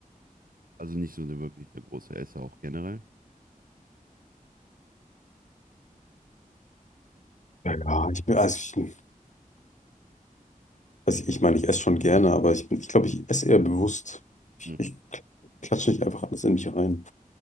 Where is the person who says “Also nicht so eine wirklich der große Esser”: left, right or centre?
Right